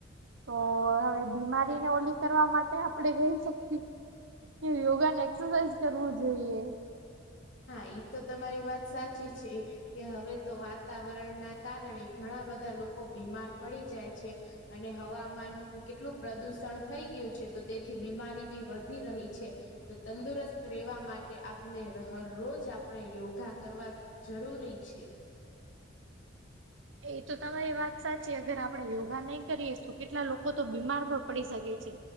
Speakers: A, on the right; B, on the left.
A: તો હવે બીમારીને ઓલી કરવા માટે આપણેે રહી શકીએ. કે યોગા ને એક્સરસાઇઝ કરવું જોઈએ.
B: હા, એ તો તમારી વાત સાચી છે. કે હવે તો વાતાવરણ ના કારણે, ઘણા બધા લોકો બીમાર પડી જાય છે. અને હવામાન કેટલું પ્રદુષણ થઈ ગયું છે, તો તેથી બીમારી બી વધી રહી છે. તો તંદુરસ્ત રહેેવા માટે આપને ર રોજ આપણે યોગા કરવા જરૂરી છે.
A: એ તો તમારી વાત સાચી, અગર આપડે યોગા નહી કરીએ, તો કેટલા લોકોતો બીમાર પણ પડી શકે છે.